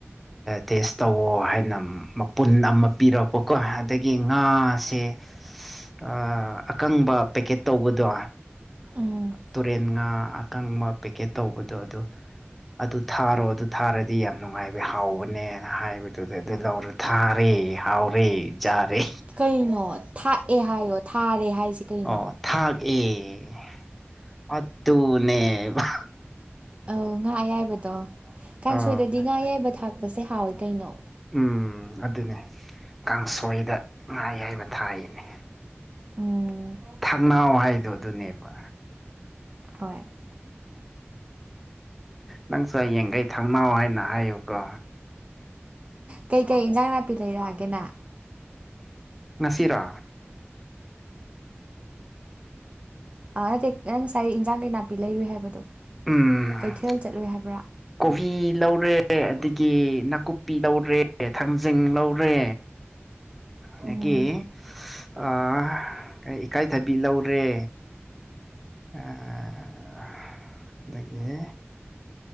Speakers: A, in the centre; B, on the right.
A: ꯇꯦꯁ ꯇꯧꯋꯣ ꯍꯥꯏꯅ ꯃꯄꯨꯟ ꯑꯃ ꯄꯤꯔꯛꯄꯀꯣ ꯑꯗꯒꯤ ꯉꯥꯁꯦ ꯑ ꯑꯀꯪꯕ ꯄꯦꯛꯀꯦꯠ ꯇꯧꯕꯗꯣ
B: ꯎꯝ
A: ꯇꯨꯔꯦꯟ ꯉꯥ ꯑꯀꯪꯕ ꯄꯦꯀꯦꯠ ꯇꯧꯕꯗꯣ ꯑꯗꯣ ꯑꯗꯨ ꯊꯥꯔꯣ ꯑꯗꯨ ꯊꯥꯔꯗꯤ ꯌꯥꯝ ꯅꯨꯡꯉꯥꯏꯕꯅꯦ ꯍꯥꯎꯕꯅꯦ ꯍꯥꯏꯕꯗꯨꯗ ꯑꯗꯨ ꯂꯧꯔꯗꯤ ꯊꯥꯔꯦ ꯍꯥꯎꯔꯦ ꯆꯔꯦ
B: ꯀꯩꯅꯣ ꯊꯥꯛꯑꯦ ꯍꯥꯏꯌꯣ ꯊꯥꯔꯦ ꯍꯥꯏꯁꯤ ꯀꯩꯅꯣ
A: ꯑꯣ ꯊꯥꯛ ꯑꯦ ꯑꯗꯨꯅꯦꯕ
B: ꯑꯧ ꯉꯥ ꯑꯌꯥꯏꯕꯗꯣ ꯀꯥꯡꯁꯣꯏꯗꯗꯤ
A: ꯑꯥ
B: ꯉꯥꯌꯥꯏꯕ ꯊꯥꯛꯄꯁꯦ ꯍꯥꯎꯋꯦ ꯀꯩꯅꯣ
A: ꯎꯝ ꯑꯗꯨꯅꯦ ꯀꯥꯡꯁꯣꯏꯗ ꯉꯥ ꯑꯌꯥꯏꯕ ꯊꯥꯛꯏꯅꯦ
B: ꯎꯝ
A: ꯊꯥꯛꯅꯥꯎ ꯍꯥꯏꯗꯣ ꯑꯗꯨꯅꯦꯕ
B: ꯍꯣꯏ <inaudible>
A: ꯅꯪꯁꯨ ꯍꯌꯦꯡꯈꯩ ꯊꯪꯅꯥꯎ ꯍꯥꯏꯅ ꯍꯥꯏꯌꯨꯀꯣ
B: ꯀꯩꯀꯩ ꯌꯦꯟꯖꯥꯡ ꯅꯥꯄꯤ ꯂꯩꯔꯛꯑꯒꯦꯅ
A: ꯉꯁꯤꯔꯥ
B: ꯑ ꯅꯠꯇꯦ ꯅꯪ ꯉꯁꯥꯏ ꯌꯦꯟꯖꯥꯡ ꯅꯥꯄꯤ ꯂꯩꯔꯨꯏ ꯍꯥꯏꯕꯗꯣ
A: ꯎꯝ
B: ꯀꯩꯊꯦꯜ ꯆꯠꯂꯨꯏ ꯍꯥꯏꯕꯗꯣ
A: <inaudible> ꯀꯣꯕꯤ ꯂꯧꯔꯦ ꯑꯗꯒꯤ ꯅꯥꯀꯨꯞꯄꯤ ꯂꯧꯔꯦ ꯊꯥꯡꯖꯤꯡ ꯂꯧꯔꯦ ꯑꯗꯒꯤ
B: ꯎꯝ
A: ꯑ ꯑꯁ ꯏꯀꯥꯏꯊꯕꯤ ꯂꯧꯔꯦ ꯑꯗꯒꯤ